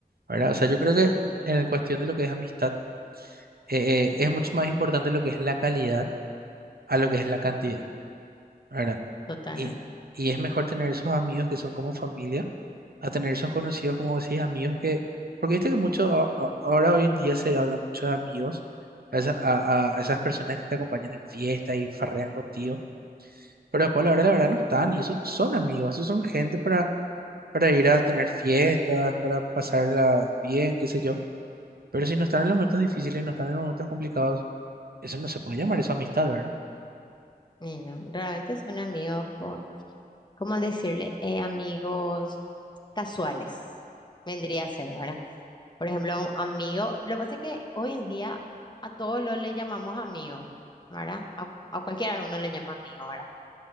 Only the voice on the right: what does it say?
¿verdad? O sea, yo creo que
en cuestión de lo que es amistad, eh, eh, es mucho más importante lo que es la calidad a lo que es la cantidad, ¿verdad?
Y, y es mejor tener esos amigos que son como familia a tener esos conocidos, como decís, amigos que, porque viste que mucho, a- a- ahora hoy en día se habla mucho de amigos, a, esa- a- a esas personas que te acompañan en fiestas y farrean contigo, pero después a la hora de la verdad no están, y esos son amigos, esos son gente para, para ir a tener fiestas, para pasarla bien, qué sé yo, pero si no están en los momentos difíciles, no están en los momentos complicados, eso no se puede llamar eso amistad, ¿verdad?